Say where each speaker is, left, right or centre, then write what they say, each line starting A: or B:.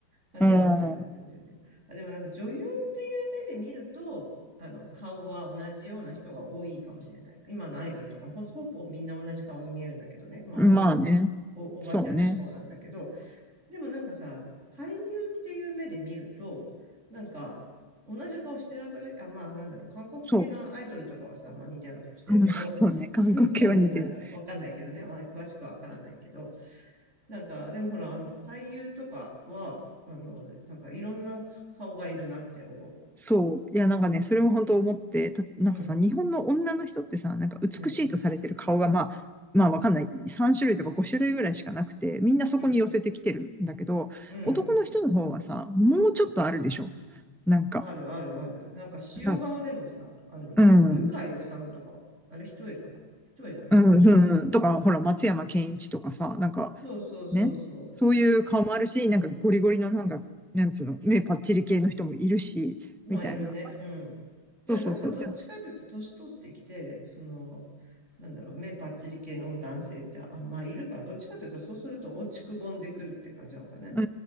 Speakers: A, on the right; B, in the centre.
A: 感じがあったりするんだよね。
B: うん。
A: あ、でもなんか女優っていう目で見ると、あの、顔は同じような人が多いかもしれない。今のアイドルとかもほ、ほぼみんな同じ顔に見えるんだけどね。まあ、
B: うん。
A: お、
B: まあね。
A: お、おばちゃん志向なんだけど、
B: そうね。
A: でもなんかさ、俳優っていう目で見ると、なんか、同じ顔してなくないあ、まあなんだろう、韓国系のアイドルとかはさ、
B: そう。
A: まあ似たような顔してるけど、
B: <laughs> うんまあ、そうね。韓国系は似てる。
A: <laughs> 残念ながら、わかんないけどね、まあ詳しくはわからないけど、なんか、でもほら、あの、俳優とかは、あの、なんかいろんな顔がいるなって思
B: そう。いや、なんかね、それも本当思って、たなんかさ、
A: う。うん、
B: 日本の女の人ってさ、なんか美しいとされてる顔が、
A: うん、
B: まあ、まあわかんない。3種類とか5種類ぐらいしかなくて、みんなそこに寄せてきてるんだけど、
A: うん、うん。
B: 男の人の方はさ、もうちょっとあるでしょ。なんか、
A: あるあるある。なんか塩顔でもさ、
B: なんか、
A: あの、む、
B: うん、
A: 向井治とか、あれ一重かな一重じゃないなんかクリ、
B: うん、うん、
A: あの、
B: とか、ほら、松山ケンイチとかさ、なんか、
A: そうそうそうそう。
B: ね、そういう顔もあるし、なんかゴリゴリのなんか、なんつうの、目パッチリ系の人もいるし、
A: まあ、
B: みたいな。
A: いるね。うん。で、
B: そうそうそう。
A: なんかどっちかというと、
B: で
A: 年取ってきて、その、なんだろう、目パッチリ系の男性って、あ、まあ、いるか。どっちかというと、そうすると落ちくぼんでくるって感じなのかね。
B: う